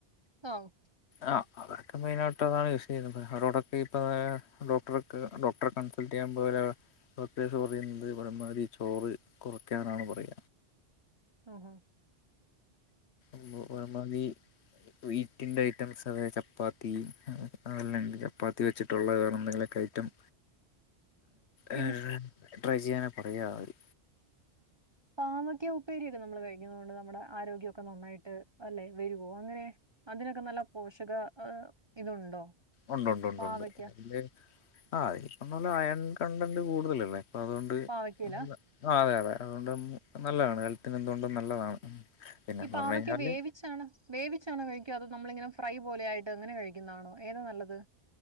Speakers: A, on the right; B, on the left.
A: ആഹ്.
B: ആഹ് അതക്കെ മെയിനായിട്ട് യൂസ് ചെയ്യുന്നത് അവരോടൊക്കെ ഇപ്പ ദാ ഡോക്ടർക്ക് ഡോക്ടറെ കൺസ് ൾട്ടെയ്യാൻ പോയാല് ഡോക്ടർസ് പറയുന്നത് പരമാധി ചോറ് കുറക്കാനാണ് പറയ.
A: ആഹ് ഹ.
B: ന്തോ ഒരു മാതി വീറ്റിൻ്റെ ഐറ്റംസ് അതായത് ചപ്പാത്തി അതല്ലങ്കി ചപ്പാത്തി വെച്ചിട്ടുള്ള വേറെ എന്തെങ്കിലുമൊക്കെ ഐറ്റം
A: പിന്നെ
B: ഏഹ് ട്രൈ ചെയ്യാനാ പറയാ ആരും.
A: പാമക്ക ഉപ്പേരിയൊക്കെ നമ്മള് കഴിക്കുന്ന കൊണ്ട് നമ്മുടെ ആരോഗ്യൊക്കെ നന്നായിട്ട് അല്ലെ വരുവോ അങ്ങനെ? അതിനൊക്കെ നല്ല പോഷക അ ഇതുണ്ടോ?
B: ഉണ്ട് ഉണ്ട് ഉണ്ട്
A: പാവയ്ക്ക
B: ഉണ്ട് അതിലെ ആ ഇപ്പൊന്നു പറഞ്ഞാ അയൺ കണ്ടന്റ് കൂടുതലല്ലേ ഇള്ളേ ഇപ്പ അതൊണ്ട് അതെ
A: പാവയ്ക്കയില
B: നല്ല ആ അതെ അതേ അതുകൊണ്ട് നല്ലതാണ് ഹെൽത്തിന് എന്തുകൊണ്ടും നല്ലതാണ് പിന്നെന്ന്
A: ഈ പാവക്ക
B: പറഞ്ഞു കഴിഞ്ഞാല്
A: വേവി ച്ചാണ് വേവിച്ചാണോ കഴിക്ക അതോ നമ്മളിങ്ങനെ ഫ്രൈ പോലെയായിട്ട് അങ്ങനെ കഴിക്കുന്നതാണോ ഏതാ നല്ലത്